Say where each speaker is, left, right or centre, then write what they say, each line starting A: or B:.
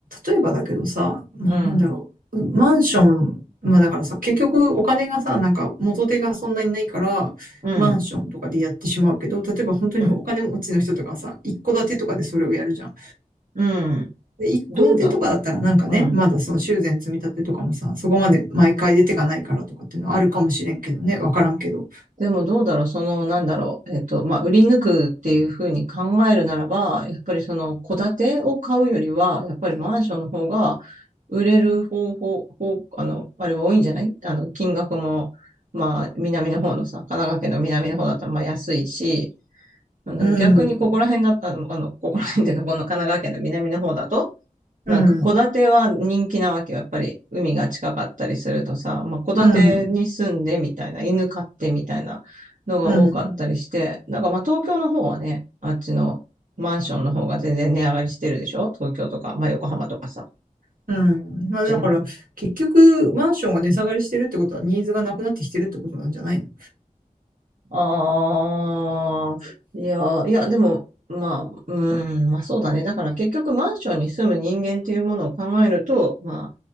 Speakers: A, on the right; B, on the right.
A: 例えばだけどさ、まあなんだろう、
B: うん、
A: マンション、まあだからさ、結局お金がさ、なんか元手がそんなにないから、
B: うん、
A: マンションとかでやってしまうけど、例えば本当にお金持ちの人とかさ、
B: うん、
A: 一戸建てとかでそれをやるじゃん。
B: うん。
A: で、一戸建てとかだったらなんかね、
B: どうだろう。うん。
A: まだその修繕積み立てとかもさ、そこまで毎回出てかないからとかっていうのはあるかもしれんけどね、わからんけど。
B: でもどうだろう、その、なんだろう、えっと、まあ、売り抜くっていうふうに考えるならば、やっぱりその、戸建てを買うよりは、やっぱりマンションの方が、売れる方法、方、あの、あれは多いんじゃないあの、金額も、まあ、南の方のさ、神奈川県の南の方だったら、まあ、安いし、なんだろう、
A: うん、
B: 逆にここら辺だったら、あの、ここら辺っていうか、この神奈川県の南の方だと、なんか戸建ては人気なわけよ。
A: うん、
B: やっぱり海が近かったりするとさ、まあ戸建てに住んでみたいな、
A: うん、
B: 犬飼ってみたいなのが多かったりして、
A: うん、
B: なんかまあ東京の方はね、あっちのマンションの方が全然値上がりしてるでしょ東京とか、まあ横浜とかさ、こっ
A: うん。まあだから、
B: ちの方。
A: 結局、マンションが値下がりしてるってことはニーズがなくなってきてるってことなんじゃないの
B: ああ、いや、いや、でも、まあ、うん、まあそうだね。だから結局マンションに住む人間っていうものを考えると、まあ、